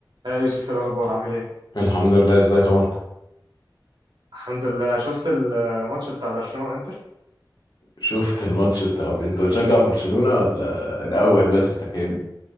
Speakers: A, on the right; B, on the left.
A: يا يوسف إيه الاخبار عامل ايه
B: الحمد لله ازيك يا مارك
A: الحمد لله شفت الماتش بتاع برشلونة وانتر
B: شفت الماتش بتاع انت بتشجع برشلونة ولا الاول بس فهمني